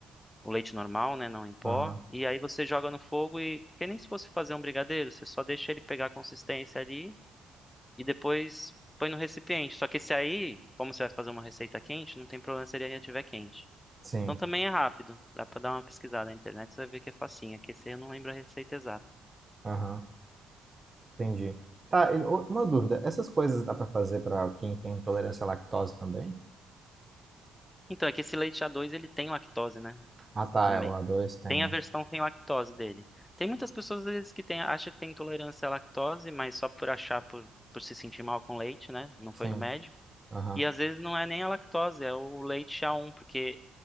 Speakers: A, on the left (about 15°); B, on the right (about 30°).
A: o leite normal, né, não em pó,
B: aham.
A: e aí você joga no fogo e que nem se fosse fazer um brigadeiro, você só deixa ele pegar a consistência ali e depois põe no recipiente. Só que esse aí, como você vai fazer uma receita quente, não tem problema se ele ainda estiver quente.
B: Sim,
A: Então também é rápido, dá pra dar uma pesquisada na internet, você vai ver que é facinho. É que esse aí eu não lembro a receita exata.
B: aham. Entendi. Tá, e o- uma dúvida. Essas coisas dá para fazer para quem tem intolerância à lactose também?
A: Então, é que esse leite a dois ele tem lactose, né?
B: Ah, tá,
A: Também.
B: é, o A2 tem,
A: Tem
B: né?
A: a versão sem lactose dele. Tem muitas pessoas, às vezes, que tem, acham que tem intolerância à lactose, mas só por achar, por, por se sentir mal com leite, né? Não
B: Sim,
A: foi no médico.
B: aham.
A: E às vezes não é nem a lactose, é o leite a um porque